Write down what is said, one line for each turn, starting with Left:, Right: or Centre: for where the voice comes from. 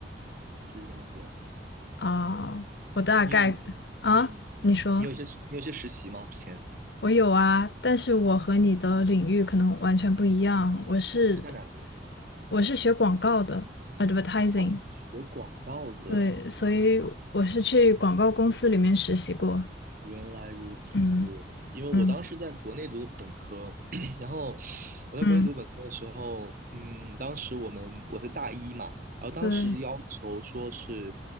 Right: 是这样子的。
Left: <laughs> 啊，我大概啊，
Right: 你有，嗯，
Left: 你说
Right: 你有一些你有一些实习吗？之前
Left: 我有啊，但是我和你的领域可能完全不一样。我是
Right: 你是在哪里？
Left: 我是学广告的，advertising，
Right: 啊，你是学广告的，
Left: 对，所以我是去广告公司里面实习过。
Right: 原来如此。
Left: 嗯
Right: 因为我当时在国内读的本科，
Left: 嗯
Right: <clears throat> 然后我在国内读本科的时候，
Left: 嗯，
Right: 嗯，当时我们我在大一嘛，然后当时要求说是，
Left: 对。